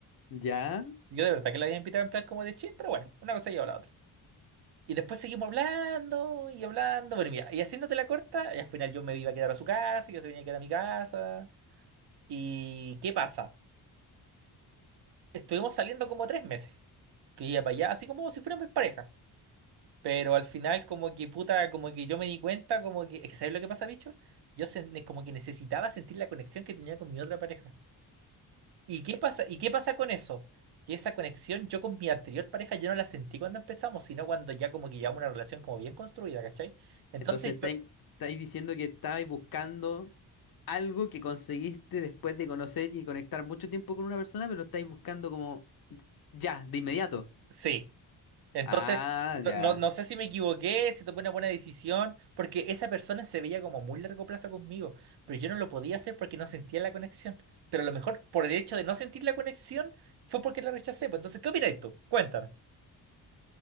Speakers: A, on the left; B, on the right.
A: Ya,
B: Yo de verdad que la había invitado en plan como de chill, pero bueno, una cosa lleva a la otra. Y después seguimos hablando y hablando, bueno, y mira, y haciéndote la corta, y al final yo me iba a quedar a su casa, y yo se venía a quedar a mi casa. ¿Y qué pasa? Estuvimos saliendo como tres meses, que iba para allá, así como si fuéramos pareja. Pero al final, como que puta, como que yo me di cuenta, como que, es que ¿sabes lo que pasa, bicho? Yo sen- como que necesitaba sentir la conexión que tenía con mi otra pareja. ¿Y qué pasa? ¿Y qué pasa con eso? Que esa conexión yo con mi anterior pareja yo no la sentí cuando empezamos, sino cuando ya como que llevamos una relación como bien construida, ¿cachai? Entonces
A: entonces estáis,
B: yo,
A: estáis diciendo que estáis buscando algo que conseguiste después de conocer y conectar mucho tiempo con una persona, pero lo estáis buscando como ya, de inmediato.
B: sí. Entonces,
A: Ah,
B: no,
A: ya.
B: no, no sé si me equivoqué, si tomé una buena decisión, porque esa persona se veía como muy largo plazo conmigo, pero yo no lo podía hacer porque no sentía la conexión. Pero a lo mejor por el hecho de no sentir la conexión fue porque la rechacé. Pues entonces, ¿qué opinas tú? Cuéntame.